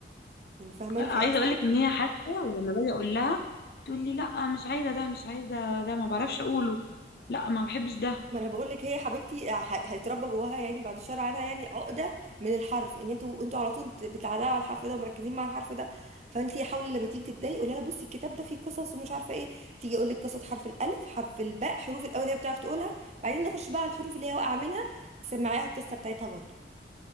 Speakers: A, on the right; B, on the left.
A: يعني فاهماني
B: آه، عايزه
A: في اطفال
B: اقول لك ان هي حتى ولما باجي اقول لها تقول لي لا مش عايزه ده مش عايزه ده ما بعرفش اقوله لا ما بحبش ده
A: ما انا بقول لك هي حبيبتي ه- هيتربى جواها يعني بعد الشر عنها يعني عقده من الحرف ان انتوا انتوا على طول بت- بتعلقوا على الحرف ده ومركزين مع الحرف ده فانت حاولي لما تيجي تبداي قولي لها بصي الكتاب ده فيه قصص ومش عارفه ايه تيجي اقول لك قصه حرف الالف حرف الباء حروف الاول هي بتعرف تقولها بعدين نخش بقى على الحروف اللي هي واقعه منها تسمعيها القصه بتاعتها برضو